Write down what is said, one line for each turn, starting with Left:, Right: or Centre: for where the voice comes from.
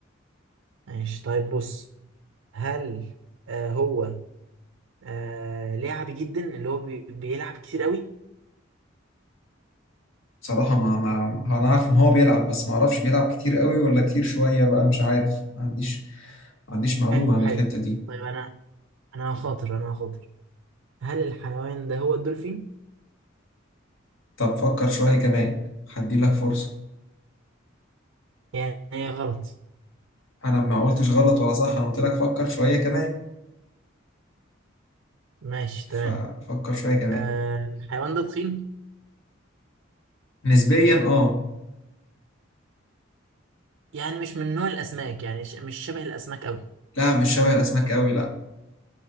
Right: ماشي طيب بص هل آه هو آه لعبي جدا اللي هو بي بيلعب كتير قوي
Left: بصراحة ما ما أنا عارف إن هو بيلعب بس ما أعرفش بيلعب كتير قوي ولا كتير شوية بقى مش عارف ما عنديش ما عنديش معلومة
Right: حلو
Left: عن
Right: حلو
Left: الحتة دي
Right: طيب انا انا هخاطر انا هخاطر هل الحيوان ده هو الدولفين
Left: طب فكر شوية كمان هديلك فرصة
Right: يعني هي غلط
Left: انا ما قلتش غلط ولا صح انا قلت لك فكر شويه كمان
Right: ماشي
Left: ففكر
Right: تمام
Left: شويه كمان
Right: آه الحيوان ده تخين
Left: نسبيا اه
Right: يعني مش من نوع الاسماك يعني ش- مش شبه الاسماك قوي
Left: لا مش شبه الاسماك قوي لا